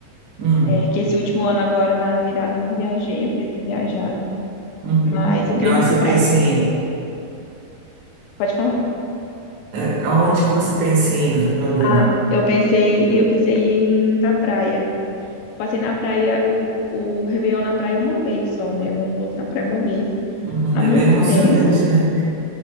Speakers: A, on the right; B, on the left.
A: hum,
B: É, que esse último ano agora na virada eu não viajei, eu queria ter viajado.
A: uhum.
B: Mas eu
A: E
B: queria
A: aonde
B: muito
A: você
B: ir pra...
A: pensa em ir?
B: Pode falar.
A: É, Aonde que você pensa em ir no final do
B: Ah,
A: ano?
B: eu pensei, eu pensei em ir pra praia. Passei na praia, o, o Réveillon na praia uma vez só, né? O Ano Novo na praia uma vez,
A: Uhum,
B: há
A: é
B: muito
A: bem emocionante,
B: tempo.
A: né